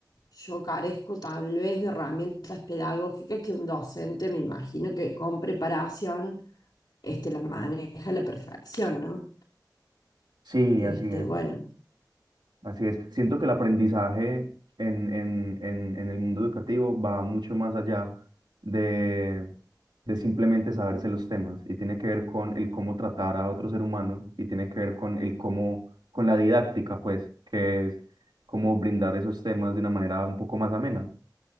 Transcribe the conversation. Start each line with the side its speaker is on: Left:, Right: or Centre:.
Left: yo carezco tal vez de herramientas pedagógicas que un docente, me imagino que con preparación, este, las maneja a la perfección, ¿no?
Right: Sí,
Left: Este,
Right: así es.
Left: bueno,
Right: Así es. Siento que el aprendizaje en, en- en- en el mundo educativo va mucho más allá de, de simplemente saberse los temas y tiene que ver con el cómo tratar a otro ser humano y tiene que ver con el cómo, con la didáctica, pues, que es cómo brindar esos temas de una manera un poco más amena.